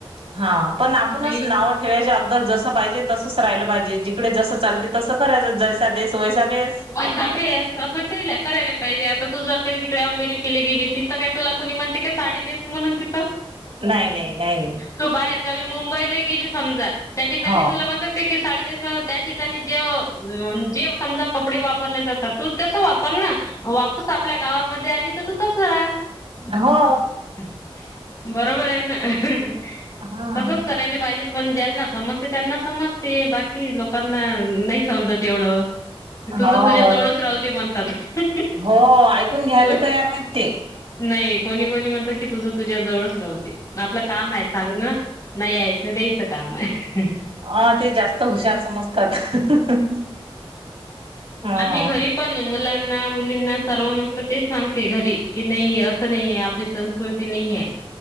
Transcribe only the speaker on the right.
हा पण आपणच
नावं ठेवायच्या अगोदर जसं पाहिजे तसंच राहिला पाहिजे, जिकडे जसं चालते तसं करायचं, जैसा देस वैसा बेस
नाही नाही नाही नाही
हो
हो
हा
हो
हो, ऐकून घ्यायला
तयार नाहीत ते
अ ते जास्त हुशार समजतात. <inaudible> हा